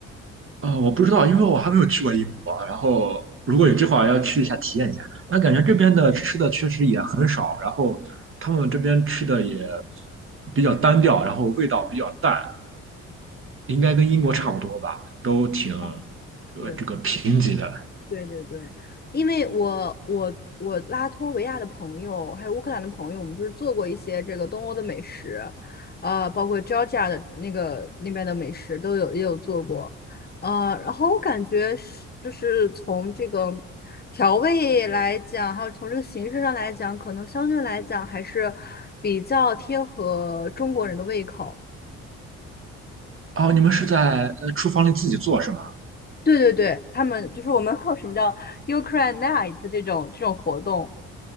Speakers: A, on the right; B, on the left.
A: 呃，我不知道，因为我还没有去过英国。然后如果有计划要去一下体验一下，那感觉这边的吃的确实也很少，然后他们这边吃的也比较单调，然后味道比较淡。应该跟英国差不多吧，都挺
B: 哦，
A: 呃这个贫瘠的。
B: 对。对对对，因为我我我拉脱维亚的朋友，还有乌克兰的朋友，我们就是做过一些这个东欧的美食，呃，包括 Georgia 的那个那边的美食都有也有做过，呃，然后我感觉是就是从这个调味来讲，还有从这个形式上来讲，可能相对来讲还是比较贴合中国人的胃口。
A: 哦，你们是在呃厨房里自己做是吗？
B: 对对对，他们就是我们 <laughs> 会有什么叫 Ukraine Night 这种这种活动。